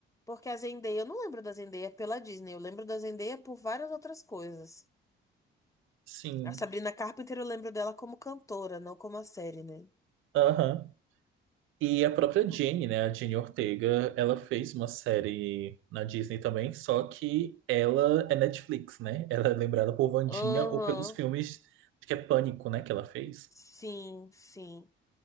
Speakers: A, on the left; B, on the right.
A: porque a Zendaya, eu não lembro da Zendaya pela Disney, eu lembro da Zendaya por várias outras coisas.
B: Sim.
A: A Sabrina Carpenter eu lembro dela como cantora, não como a série, né?
B: Aham. E a própria
A: Não.
B: Jenny, né? A Jenny Ortega, ela fez uma série na Disney também, só que ela é Netflix, né? Ela é lembrada por Wandinha
A: Aham,
B: ou pelos filmes, acho que é Pânico, né? Que ela fez.
A: Sim, sim.